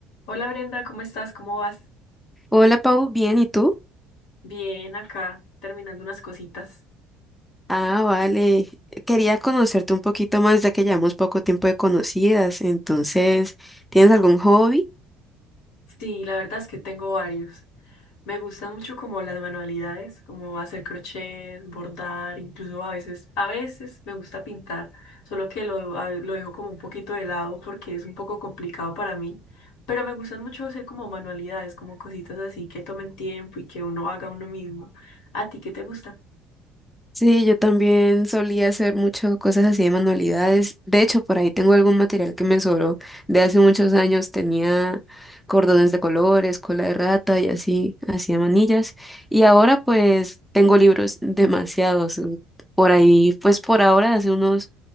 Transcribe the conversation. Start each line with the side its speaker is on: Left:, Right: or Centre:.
Left: Hola Brenda, ¿cómo estás? ¿Cómo vas?
Centre: Hola Pau, bien, ¿y tú?
Left: Bien, acá terminando unas cositas.
Centre: Ah, vale. Quería conocerte un poquito más ya que llevamos poco tiempo de conocidas. Entonces, ¿tienes algún hobby?
Left: Sí, la verdad es que tengo varios. Me gustan mucho como las manualidades, como hacer crochet, bordar, incluso a veces, a veces me gusta pintar, solo que lo, a- lo dejo como un poquito de lado porque es un poco complicado para mí. Pero me gustan mucho hacer como manualidades, como cositas así que tomen tiempo y que uno haga uno mismo. ¿A ti qué te gusta?
Centre: Sí, yo también solía hacer muchas cosas así de manualidades. De hecho, por ahí tengo algún material que me sobró de hace muchos años. Tenía cordones de colores, cola de rata y así, hacía manillas. Y ahora pues tengo libros <laughs> demasiados. Por ahí, pues por ahora, hace unos